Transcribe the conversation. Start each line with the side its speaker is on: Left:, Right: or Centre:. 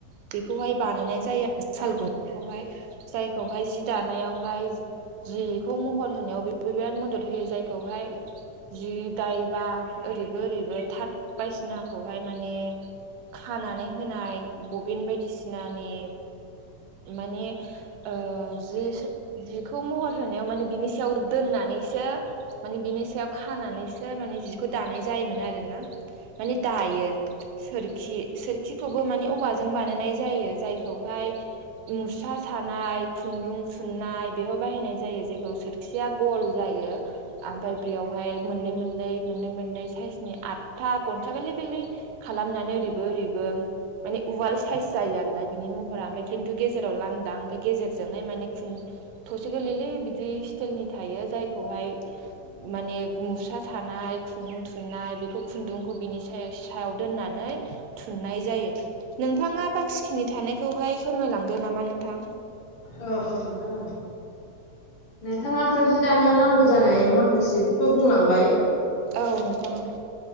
Right: बेखौहाय बानायनाय जायो आरो साल गाखौहाय जायखौहाय जि दानायावहाय जिखौ महर होनायाव बेबो बिराद मदद होयो जायखौहाय जि दायोबा ओरैबो ओरैबो थार्द बायसिनाखौहाय माने खानानै होनाय बेन बायदिसिनानि माने ओ जि जिखौ महर होनायाव माने बिनि सायाव दोननानैसो माने बिनि नि सायाव खानानैसो माने जिखौ दानाय जायोमोन आरोना माने दायो सोरखि सोरखिखौबो मानि औवाजों बानायनाय जायो जाय खौहाय मुसा सानाय खुनदुं थुनननाय बेयाव बाहायनाय जायो जेखौ सोरखिया गल जायो ओमफ्राय बेयावहाय मोननै मोननै मोननै मोननै साइसनि आठथा गनसा गोरलै गोरलै खालामनानै ओरैबो ओरैबो माने उवाल साइस जायो आरोना बिनि महरा ओमफ्राय खिनथु गेजेराव लांदा ओमफ्राय गेजेरजोंहाय माने ब गोरलैलै बिदि स्टिलनि थायो जायखौहाय माने मुस्रा सानाय ख खुनदुं थुननाय बेखौ खुनदुंखौ बिनि सायाव दोननानै थुननाय जायो नोंथाङा बाखिखिनि थानायखौहाय फोरमायलांदो नामा नोंथां
Left: औ औ औ नोंथाङाथ' जि दानियाव नांगौ जानाय माखासेफोरखौ बुंलांबाय
Right: औ नोंथां औ